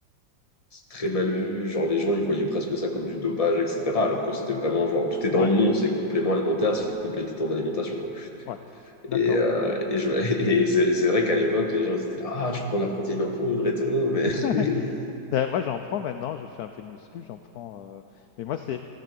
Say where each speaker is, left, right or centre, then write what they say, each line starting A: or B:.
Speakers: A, on the left; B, on the left.
A: c'est très mal vu, genre les gens ils voyaient presque ça comme du dopage, etc. Alors que c'était vraiment genre tout est dans
B: Ouais,
A: le nom, c'est complément alimentaire, c'est plus compléter ton quoi.
B: Ouais, d'accord.
A: Et, euh, et, je- <laughs> et c'est c'est vrai qu'à l'époque les gens ils étaient là, ah tu prends de la protéine en poudre et tout, mais
B: <laughs>
A: <laughs>
B: Ben, moi, j'en prends maintenant, je fais un peu de muscu, j'en prends. euh, Mais moi, c'est.